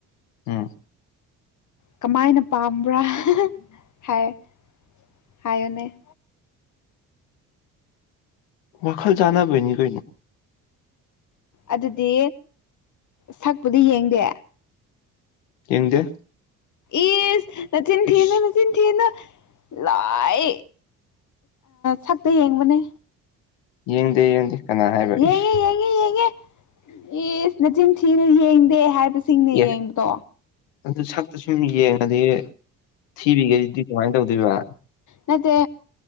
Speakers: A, on the left; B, on the left.
A: ꯎꯝ
B: ꯀꯃꯥꯏꯅ ꯄꯥꯝꯕ꯭ꯔꯥ ꯍꯥꯏ ꯍꯥꯏꯌꯨꯅꯦ
A: ꯋꯥꯈꯜ ꯆꯥꯅꯕꯅꯤ ꯀꯩꯅꯣ
B: ꯑꯗꯨꯗꯤ ꯁꯛꯄꯨꯗꯤ ꯌꯦꯡꯗꯦ
A: ꯌꯦꯡꯗꯦ
B: ꯏꯁ ꯅꯆꯤꯟ ꯊꯤꯅꯨ
A: ꯏꯁ
B: ꯅꯆꯤꯟ ꯊꯤꯅꯨ ꯂꯣꯢ ꯁꯛꯇ ꯌꯦꯡꯕꯅꯦ
A: ꯌꯦꯡꯗꯦ ꯌꯦꯡꯗꯦ ꯀꯅꯥ ꯍꯥꯏꯕ
B: ꯌꯦꯡꯉꯦ
A: ꯏꯁ
B: ꯌꯦꯡꯉꯦ ꯌꯦꯡꯉꯦ ꯏꯁ ꯃꯆꯤꯟ ꯊꯤꯅꯨ ꯌꯦꯡꯗꯦ ꯍꯥꯏꯕꯁꯦ ꯁꯤꯡꯅ
A: ꯑꯦ
B: ꯌꯦꯡꯕꯗꯣ
A: ꯑꯗꯨ ꯁꯛꯇ ꯁꯨꯝ ꯌꯦꯡꯉꯗꯤ ꯊꯤꯔꯤꯒꯩꯗꯨꯗꯤ ꯀꯃꯥꯏꯅ ꯇꯧꯗꯣꯏꯕ
B: ꯅꯠꯇꯦ